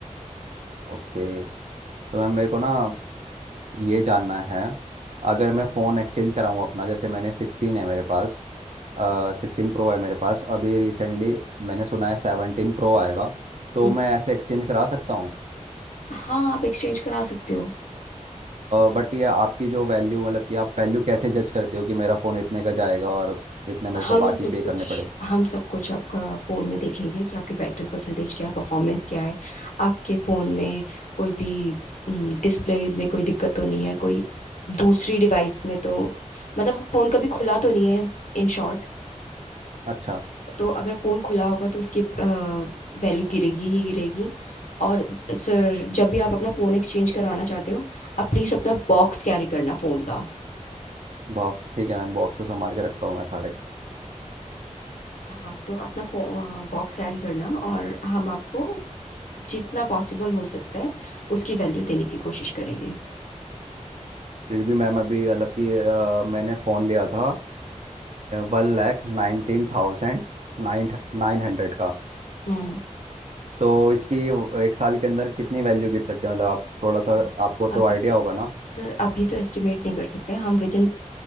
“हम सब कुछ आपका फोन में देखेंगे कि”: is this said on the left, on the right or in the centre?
Left